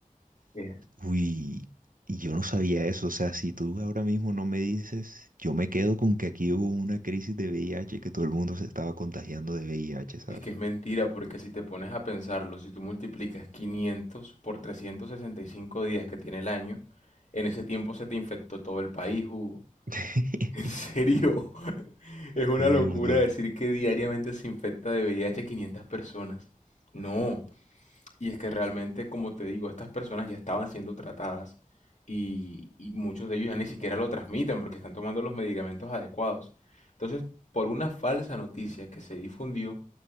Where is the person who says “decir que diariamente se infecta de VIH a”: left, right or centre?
Left